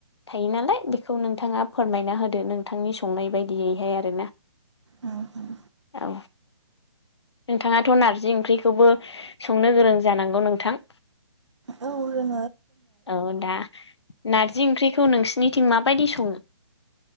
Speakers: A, on the left; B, on the right.
A: थायो नालाय बेखौ नोंथाङा फोरमायना होदो नोंथांनि संनाय बायदियैहाय आरो। ना
B: उम उम।
A: औ नोंथाङाथ' नारजि ओंख्रिखौबो संनो गोरों जानांगौ नोंथां।
B: औ रों
A: औ दा नारजि ओंख्रिखौ नोंसिनिथिं माबायदि सङो?